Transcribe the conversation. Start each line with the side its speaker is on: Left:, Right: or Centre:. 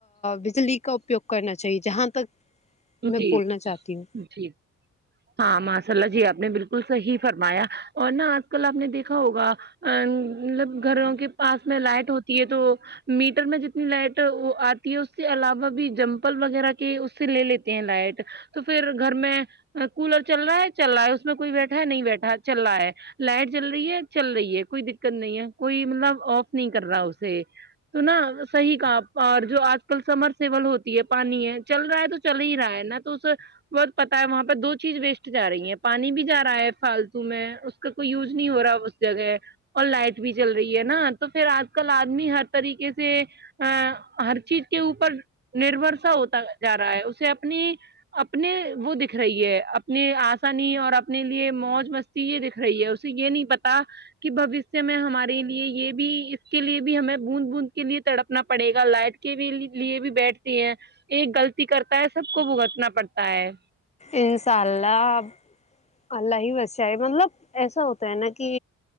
Left: بجلی کا اپیوگ کرنا چاہیے جہاں تک میں
Right: جی
Left: بولنا چاہتی ہوں
Right: جی ہاں ماشاء اللہ جی آپ نے بالکل صحیح فرمایا اور نہا آج کل آپ نے دیکھا ہوگا ا مطلب گھروں کے پاس میں لائٹ ہوتی ہے تو میٹر میں جتنی لائٹ آتی ہے اس کے علاوہ بھی جمپل وغیرہ کے اس سے لے لیتے ہیں لائٹ تو پھر گھر میں کولر چل رہا ہے چل رہا ہے اس میں کوئی بیٹھا ہے نہیں بیٹھا چل رہا ہے لائٹ چل رہی ہے چل رہی ہے کوئی دککت نہیں ہے کوئی مطلب آف نہیں کر رہا اسے تو نا صحیح کہا آپ باہر جو آج کل سمر سیول ہوتی ہے پانی ہے چل رہا ہے تو چل ہی رہا ہے نا تو اسے بہت پتا ہے وہاں دو چیز ویسٹ جا رہی ہے پانی بھی جا رہا ہے فالتو میں اس کا کوئی یوز نہیں ہو رہا اس جگہ اور لائٹ بھی چل رہی ہے نا تو پھر آج کل آدمی ہر طریقے سے ہاں ہر چیز کے اوپر نربھر سا ہوتا جا رہا ہے اسے اپنی اپنے وہ دیکھ رہی ہے اپنے آسانی اور اپنے لیے موج مستی یہ دیکھ رہی ہے اسے یہ نہیں پتا کہ بھوشیہ میں ہمارے لیے یہ بھی اس کے لیے بھی ہمیں بوند بوند کے لیے تڑپنا پڑے گا لائٹ کے بھی لیے بھی بیٹھتی ہیں ایک غلطی کرتا ہے سب کو بھگتنا پڑتا ہے
Left: انشاء اللہ اللہ ہی بچاۓ ہے مطلب ایسا ہوتا ہے نا کی